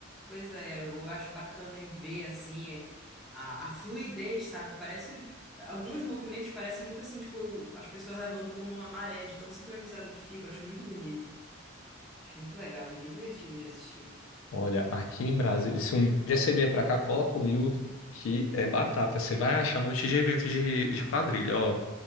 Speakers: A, in the centre; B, on the left.
A: Pois é, eu acho bacana em ver, assim, é, a, a fluidez, sabe? Parece, alguns movimentos parecem muito assim, tipo, o- as pessoas levando como uma maré de tão sincronizada que fica, eu acho muito bonito. Acho muito legal, meio divertido de assistir.
B: Olha, aqui em Brasília, se um dia você vier pra cá, cola comigo que é batata. Você vai achar um monte de evento de, de quadrilha, ó.